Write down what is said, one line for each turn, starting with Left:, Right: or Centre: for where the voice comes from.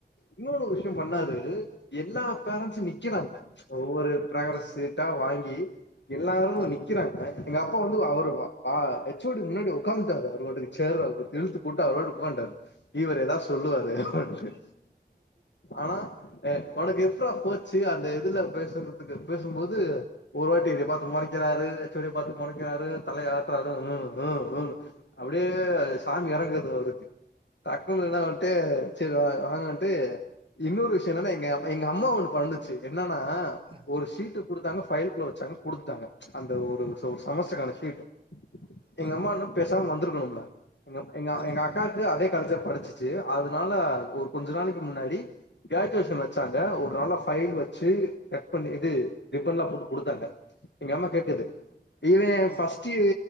Left: இன்னொறு விஷ்யம் பண்ணாரு எல்லா பேரண்ஸு நிக்கிறாங்க ஒவ்வொரு பிராரஸ்
Right: ஆ
Left: சீட்டா வாங்கி எல்லாரு
Right: ஆமா
Left: நிக்கிறாங்க எங்க அப்பா வந்து அவரு வா வா எச்சோடி முன்னாடி ஒக்காந்துட்டாரு அவரு பாட்டுக்கு சேர்ற அவர் இழுத்து போட்டு அவர் பாட்டுக்கு உக்காந்ட்டார் இவரு ஏதாவ் சொல்லுவாரு அப்பன்ட்டே ஆனா எ உனக்கு எப்ரா போச்சு அந்த இதுல பேசுறத்துக்கு பேசும்போது ஒருவாட்டி என்ய பாத்து மொறைக்கிறாரு ஹெச் ஒ டி பாத்து மொறைக்கிறாரு தலய ஆட்றாரு உ உ உனு அவ்டே சாமி எறங்குது அவ்ருக்கு டக்குன் என்னா வந்ட்டு சர் வா ஆ அ வந்ட்டு இன்னொரு விஷ்ய என்னன்னா எங்க அம் எங்க அம்மா ஒன்னு பண்ணுச்சு என்னானா
Right: ஆ
Left: ஒரு ஷீட்டு குடுத்தாங்க ஃபயல்க்குள்ள வச்சே குடுத்ட்டாங்க அந்த ஒரு சோ ஒர் செமஸ்டரான ஷீட்டு எங்க
Right: ஆ
Left: அம்மா எனும் பேசாம வந்துருட்டுணும்டா எங்கப் எங்கா
Right: ஆமா
Left: எங்கா அக்காக்கு அதே காலேஜ்ல படிச்சிச்சி அதுனால ஒர் கொஞ்ச நாளைக்கு முன்னாடி க்ராஜுவேஷன் வச்சாங்க ஒரு நாள ஃபைல் வச்சி கட் பண்ணி இது ரிப்பன்லா போட்டு குடுத்தாங்க எங்க அம்மா கேக்குது இவே
Right: ம்
Left: ஃபஸ்ட்யி